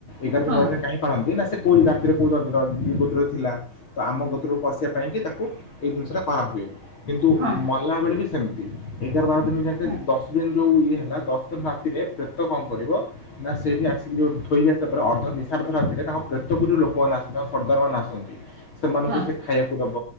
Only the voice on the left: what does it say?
ଏଗାର
ଦିନ ବାର ଦିନ କାହିଁ ପାଳନ୍ତି ନା ସେ କୋଉ ଜାତି ରେ କୋଉ ଗୋତ୍ରରେ ଥିଲା। ତ ଆମ ଗୋତ୍ର କୁ ଆସିବା ପାଇଁ କି ତାକୁ ଏଇ ଜିନିଷ ଟା କରାହୁଏ। କିନ୍ତୁ
ମଲା ବେଳେ ବି ସେମିତି ଏଗାର, ବାର ଦିନ ଯେମିତି
ଦଶ ଦିନି ଯୋଉ ଇଏ ହେଲା ଦଶ ଦିନ ରାତିରେ। ପ୍ରେତ କଣ କରିବ ନା ସେଇଠି ଆସିକି ଯୋଉଁ ଥୋଇଲା। ତା ପରେ ଅର୍ଦ୍ଧ ନିିସାର୍ଦ୍ଧ ରାତିରେ ତାଙ୍କ ପ୍ରେତ ପୁରରୁ ଲୋକମାନେ ଆସନ୍ତି ତାଙ୍କ ସର୍ଦ୍ଦାରମାନେ ଆସନ୍ତି। ସେମାନଙ୍କୁ
ସେ ଖାଇବାକୁ ଦବ।